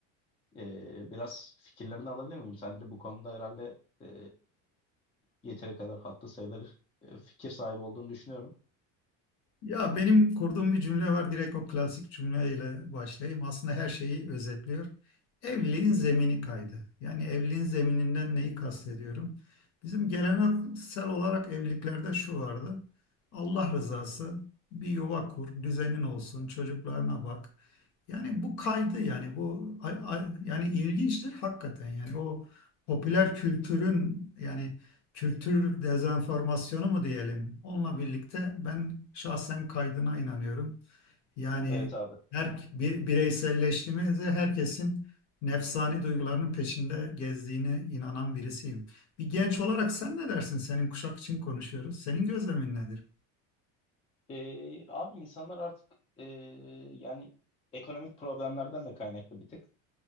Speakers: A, on the left; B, on the left.
A: Ee, biraz fikirlerini alabilir miyim? Sen de bu konuda herhalde ee, yeteri kadar hatta sayılır e, fikir sahibi olduğunu düşünüyorum.
B: Ya benim kurduğum bir cümle var. Direkt o klasik cümleyle başlayayım. Aslında her şeyi özetliyor. Evliliğin zemini kaydı. Yani evliliğin zemininden neyi kastediyorum? Bizim geleneksel olarak evliliklerde şu vardı. Allah rızası, bir yuva kur, düzenin olsun, çocuklarına bak. Yani bu kaydı yani bu a- a- yani ilginçtir hakikaten. Yani o popüler kültürün yani kültür dezenformasyonu mu diyelim? Onunla birlikte ben şahsen kaydına inanıyorum. Yani
A: Evet abi.
B: her bir- bireyselleştiğimizde herkesin nefsani duygularının peşinde gezdiğine inanan birisiyim. Bir genç olarak sen ne dersin? Senin kuşak için konuşuyoruz. Senin gözlemin nedir?
A: Ee, abi insanlar artık ee, yani ekonomik problemlerden de kaynaklı bir tık